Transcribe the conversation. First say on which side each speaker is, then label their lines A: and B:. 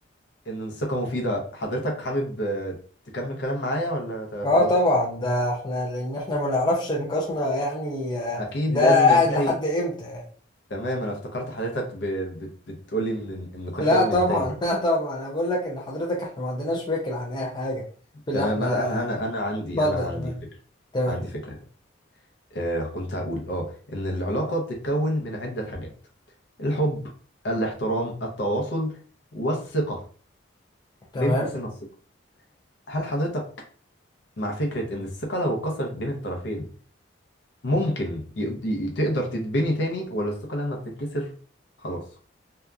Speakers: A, on the left; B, on the left.
A: ان الثقة مفيدة حضرتك حابب آه، تكمل كلام معايا ولا ت-
B: اه
A: خلاص
B: طبعا ده احنا لان احنا ما نعرفش نقاشنا يعني آه،
A: اكيد
B: ده
A: لازم
B: قاعد
A: ينتهي
B: لحد امتى
A: تمام انا افتكرت حضرتك ب... بت... بتقولي ان النقاش
B: لا
A: لازم
B: طبعا
A: ينتهي
B: <laughs> لا طبعا انا بقول لك ان حضرتك احنا ما عندناش فكرة عن اي حاجة في اللي
A: تمام
B: احنا
A: لا، انا انا انا عندي
B: اتفضل
A: انا عندي
B: يا فندم
A: فكرة
B: تمام
A: عندي فكرة آه كنت هقول اه ان العلاقة بتتكون من عدة حاجات الحب الاحترام التواصل والثقة
B: تمام
A: بين قوسين الثقة هل حضرتك مع فكرة ان الثقة لو اتكسرت بين الطرفين ممكن يقض- ي- تقدر تتبني تاني ولا الثقة لما بتتكسر خلاص